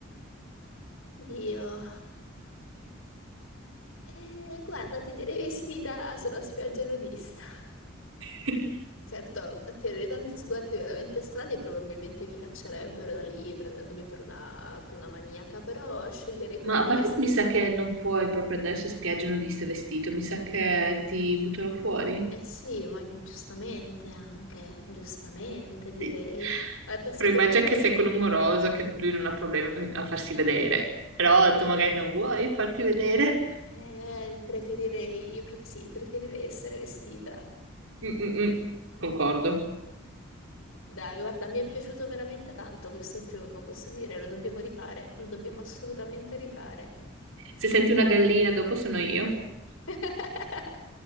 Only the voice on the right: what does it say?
<laughs>
Ma a parte
che mi
sa che non puoi proprio andare su spiaggia nudista vestito, mi sa che ti buttano fuori.
Sì.
Però
immagina che sei con un moroso, che lui non ha problemi a farsi vedere, però tu magari non vuoi farti vedere.
Mm, mm, mm. Concordo.
Se senti una gallina, dopo sono io.